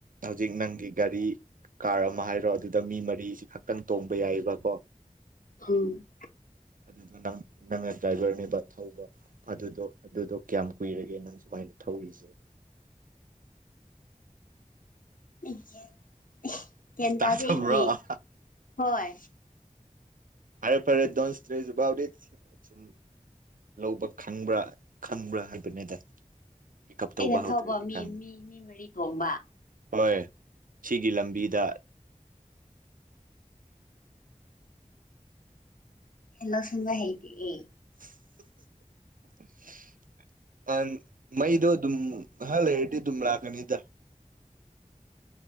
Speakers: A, on the right; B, on the left.
A: ꯍꯧꯖꯤꯛ ꯅꯪꯒꯤ ꯒꯥꯔꯤ ꯀꯥꯔ ꯑꯃ ꯍꯥꯏꯔꯣ ꯑꯗꯨꯗ ꯃꯤ ꯃꯔꯤꯁꯤ ꯈꯛꯇꯪ ꯇꯣꯡꯕ ꯌꯥꯏꯌꯦꯕꯀꯣ
B: ꯑꯝ
A: ꯑꯗꯨꯗ ꯅꯪ ꯅꯪꯅ ꯗ꯭ꯔꯥꯏꯚꯔꯅꯦꯕ ꯊꯧꯕ ꯑꯗꯨꯗꯣ ꯑꯗꯨꯗꯣ ꯀꯌꯥꯝ ꯀꯨꯏꯔꯒꯦ ꯅꯪ ꯁꯨꯃꯥꯏꯅ ꯊꯧꯔꯤꯖꯦ
B: <unintelligible> ꯒꯥꯢꯟ
A: ꯇꯥꯗꯕ꯭ꯔꯣ
B: ꯇꯥꯗꯦ ꯑꯩꯗꯤ ꯍꯣꯏ
A: ꯐꯔꯦ ꯐꯔꯦ ꯗꯣꯟ ꯁꯇꯔꯦꯁ ꯑꯕꯥꯥꯎꯠ ꯢꯠ ꯁꯨꯝ ꯂꯧꯕ ꯈꯪꯕ꯭ꯔꯥ ꯈꯪꯕ꯭ꯔꯥ ꯍꯥꯏꯕꯅꯤꯗ ꯄꯤꯛ ꯎꯞ ꯇꯧꯕ
B: ꯑꯩꯅ
A: ꯍꯧꯗ꯭ꯔꯗꯤ
B: ꯊꯧꯕ ꯃꯤ
A: ꯈꯪꯗꯦ
B: ꯃꯤ ꯃꯤ ꯃꯔꯤ ꯇꯣꯡꯕ
A: ꯍꯣꯏ ꯁꯤꯒꯤ ꯂꯝꯕꯤꯗ
B: ꯑꯩ ꯅꯛꯁꯟꯕ ꯍꯩꯇꯤꯑꯦ
A: ꯍꯝꯍꯝꯍꯝ ꯑꯟ ꯃꯩꯗꯣ ꯑꯗꯨꯝ ꯉꯥꯢꯍꯥꯛ ꯂꯩꯔꯗꯤ ꯑꯗꯨꯝ ꯂꯥꯛꯀꯅꯤꯗ